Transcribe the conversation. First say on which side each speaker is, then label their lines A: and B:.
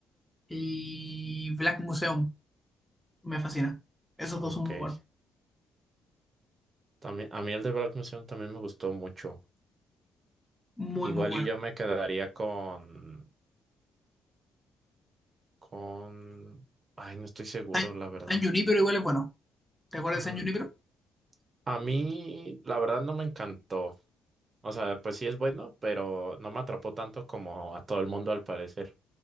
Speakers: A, in the centre; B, on the right.
A: Y Black Museum, me fascina. Esos
B: Ok.
A: dos son muy buenos.
B: También, a mí el de Black Museum también me gustó mucho.
A: Muy,
B: Igual
A: muy buenos.
B: y yo me quedaría con, con, ay, no estoy seguro,
A: San,
B: la verdad.
A: San Junípero igual es bueno. ¿Te acuerdas
B: Mm,
A: de San Junípero?
B: a mí, la verdad, no me encantó. O sea, pues sí es bueno, pero no me atrapó tanto como a todo el mundo al parecer.